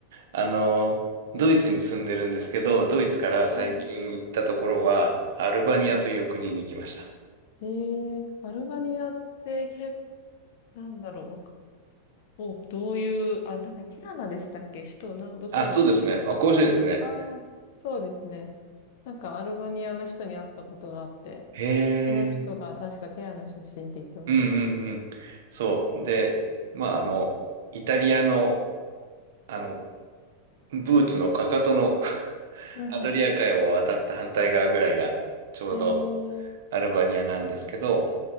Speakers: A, on the right; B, on the left.
A: あの、ドイツに住んでるんですけど、ドイツから最近行ったところは、
B: はい。
A: アルバニアという国に行きました。
B: はい。えー、アルバニアってけ、なんだろう、わかお、どういう、あ、なんだ、ティラナでしたっけ首都、な、どこへ、
A: あ、そうですね。あ、してですね。
B: ああ、そうですね。なんかアルバニアの人に会ったことがあって、
A: へ
B: その人が確かティラナ出身って言ってました。
A: え。うんうんうん。そう。で、まあ、あの、イタリアの、あの、ブーツのかかとの <laughs>
B: うんう
A: アドリア海を渡った反対側ぐらいが、ちょうど
B: ん。えー、
A: アルバニアなんですけど、